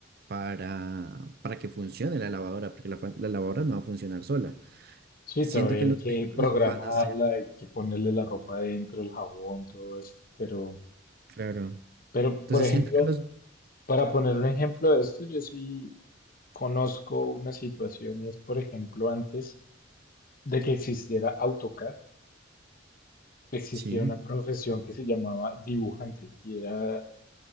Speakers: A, on the right (about 50°); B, on the left (about 45°).
A: para, para que funcione la lavadora, porque la, fa- la lavadora no va a funcionar sola.
B: Sí,
A: Siento
B: todavía
A: que
B: hay
A: los
B: que
A: vehículos
B: programarla,
A: van a ser,
B: hay que ponerle la ropa adentro, el jabón, todo esto. Pero,
A: claro.
B: pero,
A: Entonces
B: por ejemplo,
A: siento que los,
B: para poner un ejemplo de esto, yo sí Conozco una situación y es, por ejemplo, antes de que existiera AutoCAD, existía
A: sí,
B: una profesión que se llamaba dibujante y era